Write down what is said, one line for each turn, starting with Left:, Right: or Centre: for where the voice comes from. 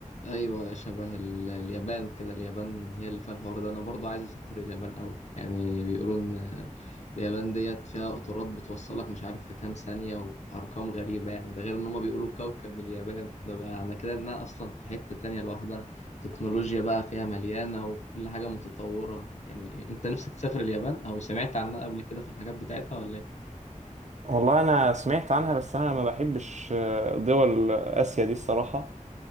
Left: ايوه شبه ال- اليابان كده اليابان هي اللي فيها الحوار ده انا برضو عايز اسافر اليابان قوي يعني بيقولوا ان اليابان ديت فيها قطارات بتوصلك مش عارف في كام ثانية وارقام غريبة يعني ده غير ان هما بيقولوا كوكب اليابان ده بقى انا كده انها اصلا في حتة تانية لوحدها تكنولوجيا بقى فيها مليانة وكل حاجة متطورة يعني انت نفسك تسافر اليابان او سمعت عنها قبل كده في الحاجات بتاعتها ولا
Right: والله انا سمعت عنها بس انا ما بحبش آه، دول اسيا دي الصراحه